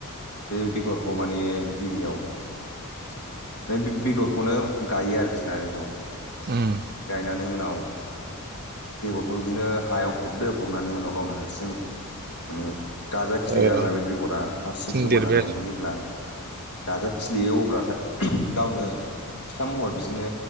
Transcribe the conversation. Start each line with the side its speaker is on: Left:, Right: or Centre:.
Left: बे बेगरखौ माने गिबियाव आमफ्राय बे बेगरखौनो गायो आरोखि ना बेखौ।
Right: उम।
Left: बेनि उनाव बेगरखौ बिदिनो हायाव फबदो फबनानै उनाव गावनो हारसिं माने गाजा खिलिग्रा
Right: औ
Left: आरो ना बे बेगरा हारसिं सेवगारनानै
Right: देरबाय आरो
Left: ओमफ्राय जेब्ला गाजा खिलियो अब्लाथाय गावनो फिसा महर बिदिनो